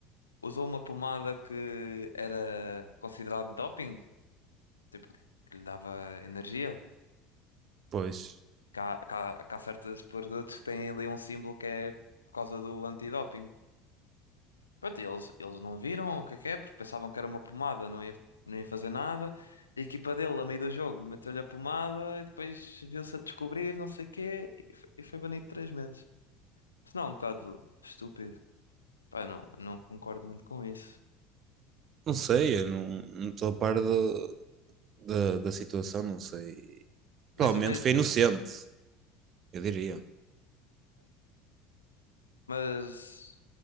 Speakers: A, on the left; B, on the right.
A: usou uma pomada que era considerada doping, tipo, que lhe dava energia.
B: Pois,
A: Que há, que há, que há certos produtos que têm ali um símbolo que é por causa do antidoping. Pronto, e eles, eles não viram o que é que é, porque pensavam que era uma pomada, não ia, não ia fazer nada. E a equipa dele, a meio do jogo, meteu-lhe a pomada e depois viu-se a descobrir, não sei o quê, e foi, e foi banido três meses. Isso não é um bocado estúpido. Pá, não, não concordo muito com isso.
B: não sei, eu não não estou a par do- da, da situação, não sei. Provavelmente
A: Mas imagina.
B: foi inocente, eu diria.
A: Mas